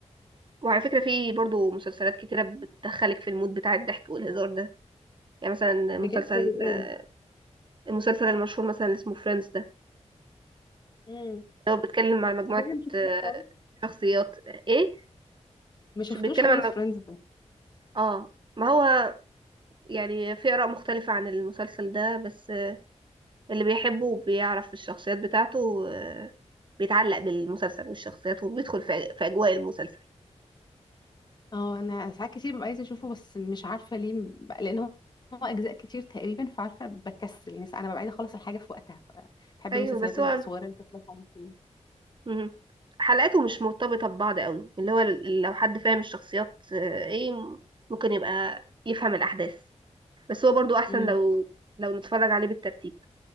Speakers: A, on the right; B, on the left.
A: وعلى فكرة في برضو مسلسلات كتيرة بتدخلك في المود بتاع الضحك والهزار ده يعني مثلا
B: بجد
A: مسلسل
B: زي ايه
A: آه، المسلسل المشهور مثلا اللي اسمه فريندز ده
B: امم
A: هو بيتكلم عن مجموعة
B: ده أنا ما شفتوش
A: آه،
B: خالص
A: شخصيات آه، ايه
B: ما شفتوش
A: مش بيتكلم
B: خالص
A: عن مج...
B: فريندز
A: اه ما هو يعني في آراء مختلفة عن المسلسل ده بس اللي بيحبه وبيعرف الشخصيات بتاعته آه، بيتعلق بالمسلسل والشخصيات وبيدخل في في أجواء المسلسل
B: اه انا ساعات كتير ببقى عايزه اشوفه بس مش عارفه ليه ب- لان هو هو اجزاء كتير تقريبا فعارفه بكسل يعني ساعات انا ببقى عايزه اخلص الحاجه في وقتها ف- بحب
A: أيوة
B: المسلسلات
A: بس
B: الصغيره
A: هو
B: اللي بتخلص على طول
A: مم. حلقاته مش مرتبطة ببعض قوي اللي هو ال- لو حد فاهم الشخصيات آه، ايه ممكن يبقى يفهم الأحداث بس هو برضو أحسن
B: امم
A: لو لو نتفرج عليه بالترتيب